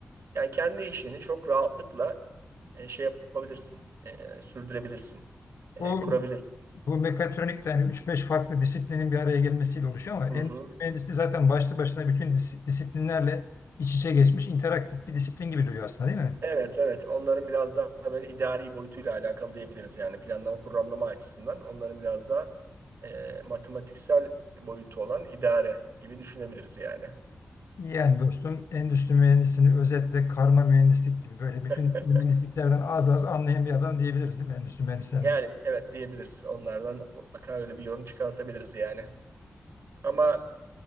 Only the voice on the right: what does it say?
Yani kendi işini çok rahatlıkla e, şey yapabilirsin, e, sürdürebilirsin, e,
kurabilirsin.
Hı hı.
Evet, evet. Onların biraz daha böyle idari boyutuyla alakalı diyebiliriz yani planlama programlama açısından. Onların biraz daha e, matematiksel boyutu olan idare gibi düşünebiliriz yani.
<laughs>
Yani evet diyebiliriz. Onlardan mutlaka öyle bir yorum çıkartabiliriz yani. Ama